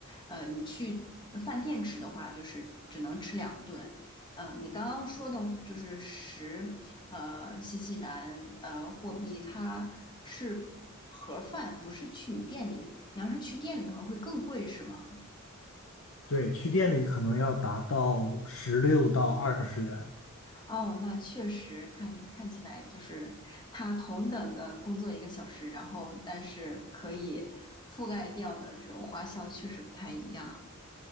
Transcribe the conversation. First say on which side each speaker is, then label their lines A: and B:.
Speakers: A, on the left; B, on the left.
A: 呃，你去饭店吃的话就是只能吃两顿。呃，你刚刚说的就是十，呃，新西兰呃货币它是盒饭，不是去你店里你要是去店里的话会更贵是吗？
B: 对，去店里可能要达到十六到二十元。
A: 哦，那确实看看起来就是他同等的工作一个小时，然后但是可以覆盖掉的这种花销确实不太一样。